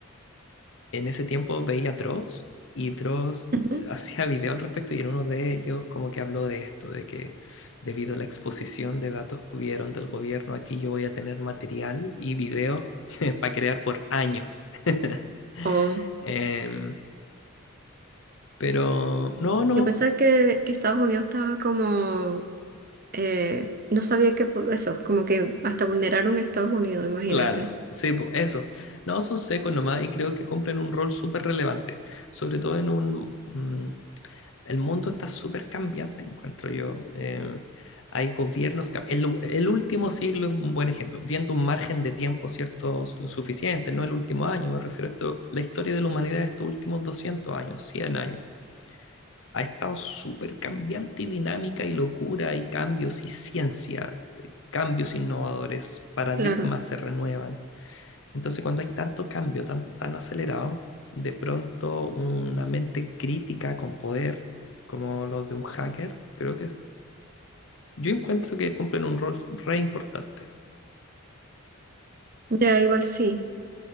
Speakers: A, on the left; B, on the right.
A: en ese tiempo veía a Dross y Dross
B: Ujú.
A: hacía video al respecto y en uno de ellos como que habló de esto, de que debido a la exposición de datos que hubieron del gobierno, aquí yo voy a tener material y videos <laughs> para crear por años. <laughs>
B: O
A: Em, pero no, no,
B: yo pensaba que, que Estados Unidos estaba como, eh, no sabía que po- eso, como que hasta vulneraron a Estados Unidos, imagínate.
A: claro, sí, po, eso. No, son secos nomás y creo que cumplen un rol súper relevante, sobre todo en un, mm, El mundo está súper cambiante, encuentro yo. Eh, hay gobiernos, el, el último siglo es un buen ejemplo, viendo un margen de tiempo, ¿cierto? Suficiente, no el último año, me refiero a esto, la historia de la humanidad de estos últimos 200 años, 100 años, ha estado súper cambiante y dinámica y locura y cambios y ciencia, eh, cambios innovadores, paradigmas
B: Claro.
A: se renuevan. Entonces, cuando hay tanto cambio tan, tan acelerado, de pronto una mente crítica con poder, como los de un hacker, creo que es- yo encuentro que cumplen un rol re importante.
B: Ya, igual sí.